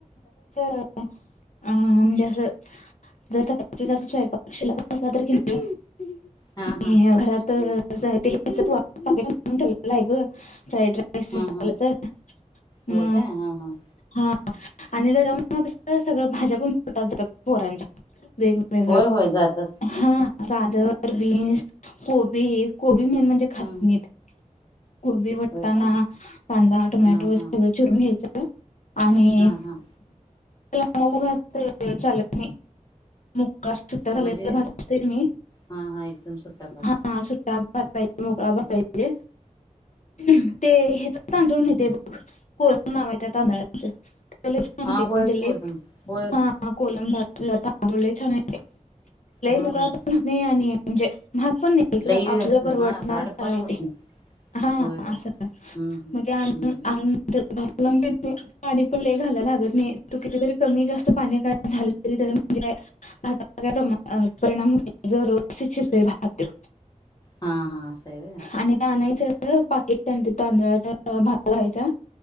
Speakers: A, on the left; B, on the left.
A: <inaudible> अं म्हणजे असं. जर सकाळचं जास्त स्वयंपाक शिल्लक असला तर कि नई.
B: हा हा
A: घरात साहित्य च पाकीट आणून ठेवलेल हाय ग. फ्राईड राईस
B: हा
A: मसाल्याच.
B: हा
A: म
B: होय काय हा हा
A: हा. आणि त्याच्यामुळे मग कस सगळं भाज्या पण पोटात जातात पोरांच्या. वेगवेगळं.
B: होय होय जातात.
A: हा गाजर. बीन्स, कोबीस-कोबी मेन म्हणजे खात
B: हम्म
A: नाहीत. कोबी, वटाणा,
B: होय काय
A: कांदा, टोमॅटो,
B: हा हा
A: सगळं चिरून घ्यायचं. आणि
B: हा
A: त्याला
B: हा
A: मऊ भात चालत नाही. मोकळा सुट्टा झालेला
B: म्हणजे
A: भात असतोय की नाही,
B: हा हा एकदम सुट्टा भात
A: हा सुट्टा. भात पाहिजे. मोकळा भात पाहिजे. हम्म ते ह्याच. तांदूळ मिळेतय बघ. कोलम नाव आहे त्या तांदळाच. लई छान
B: हा
A: होतोय.
B: होय
A: म्हणजे
B: कोलम
A: लई
B: होय
A: हा कोलम भात. तांदूळ लई छान आहे. लई
B: होय
A: मोकळा
B: होय
A: पण होत नाही. आणि म्हणजे. महाग पण नाही ग
B: लई
A: आपल्याला
B: असत
A: परवडणार
B: हा राड पण
A: आहे
B: होत
A: ते.
B: नाही
A: हा
B: होय काय
A: असं
B: हम्म हम्म
A: मग ते आणून
B: हम्म
A: दे. भात ला पाणी पण लई घालायला लागत नाही. तू किती जरी कमी जास्त पाणी झालं तरी. त्या म्हणजे भाताचा काय प्रमाण परिणाम होत नाही. व्यवस्थित शिजतोय भात त्यो
B: हा हा असं आहे होय
A: आणि ते आणायचं पाकीट तांदळाचा भात घालायचा